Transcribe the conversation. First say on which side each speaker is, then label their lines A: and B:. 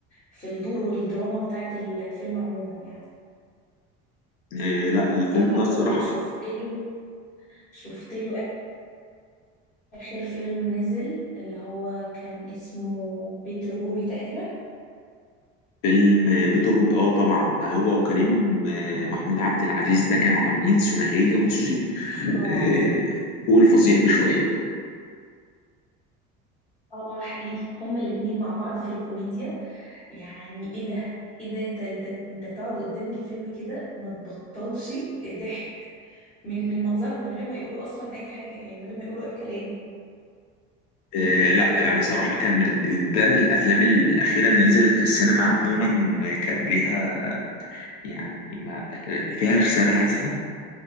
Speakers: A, on the left (about 30°); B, on the left (about 85°).
A: في الدور والدراما بتاعت الفيلم عموما يعني
B: إيه لا الفيلم
A: طب هقول
B: ده الصراحة
A: لك شفت له شفت له آخر فيلم نزل اللي هو كان اسمه بيت الروبي تقريبا
B: فيلم بيت الروبي اه طبعا ده هو وكريم آه، محمود عبد العزيز ده كانوا عاملين ثنائية بصي
A: اه
B: آه، فوق الفظيع بشوية
A: اه اه حقيقي هما الاتنين مع بعض في الكوميديا يعني ايه ده ايه ده انت انت انت تقعد قدام الفيلم كده ما تبطلش ضحك من من منظرهم من غير ما يقولوا اصلا اي حاجة يعني من غير ما يقولوا اي كلام
B: آه، لا يعني صراحة كان من ده من الأفلام الأخيرة اللي نزلت في السينما عموما كان ليها يعني ما فيها رسالة هادفة